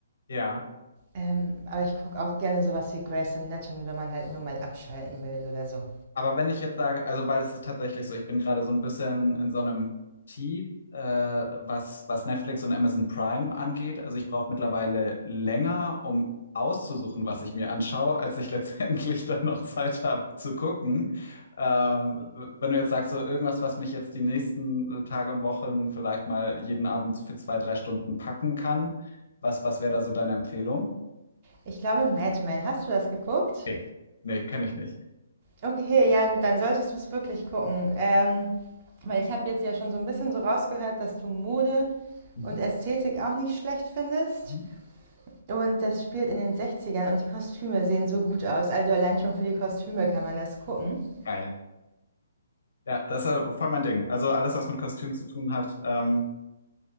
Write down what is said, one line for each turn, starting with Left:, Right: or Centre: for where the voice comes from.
Left: ja.
Right: Ähm, aber ich gucke auch gerne sowas wie Grey's Anatomy, wenn man halt nur mal abschalten will oder so.
Left: Aber wenn ich jetzt sage, also weil es ist tatsächlich so, ich bin gerade so ein bisschen in so einem Tief, äh, was, was Netflix und Amazon Prime angeht. Also ich brauche mittlerweile länger, um auszusuchen, was ich mir anschaue, als ich <laughs> letztendlich dann noch Zeit habe zu gucken. Ähm, w- wenn du jetzt sagst, so irgendwas, was mich jetzt die nächsten äh, Tage und Wochen vielleicht mal jeden Abend für zwei, drei Stunden packen kann, was, was wäre da so deine Empfehlung?
Right: Ich glaube, Madman, hast du das geguckt?
Left: Okay. Nee, kenne ich nicht.
Right: Okay, ja gut, dann solltest du es wirklich gucken. Ähm, weil ich habe jetzt ja schon so ein bisschen so rausgehört, dass du Mode
Left: Mhm.
Right: und Ästhetik auch nicht schlecht findest.
Left: Mhm.
Right: Und das spielt in den 60 und die Kostüme sehen so gut aus. Also allein schon für die Kostüme kann man das gucken.
Left: Geil. Ja, das ist äh, voll mein Ding. Also alles, was mit Kostüm zu tun hat. Ähm,